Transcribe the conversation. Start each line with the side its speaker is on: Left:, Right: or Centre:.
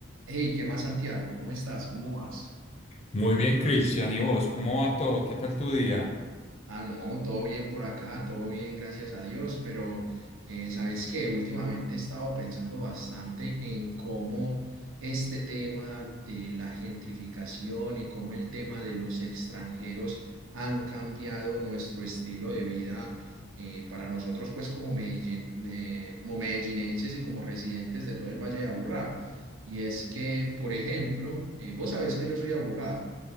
Right: Hey, ¿qué más, Santiago? ¿Cómo estás? ¿Cómo vas?
Left: Muy bien, Cristian. ¿Y vos? ¿Cómo va todo? ¿Qué tal tu día?
Right: Ah, no, todo bien por acá, todo bien, gracias a Dios, pero eh, ¿sabes qué? Últimamente he estado pensando bastante en cómo este tema de la gentrificación y cómo el tema de los extranjeros han cambiado nuestro estilo de vida eh, para nosotros, pues como medellin- eh, como medellinenses y como residentes de todo el Valle de Aburrá. Y es que, por ejemplo, eh, vos sabés que yo soy abogado.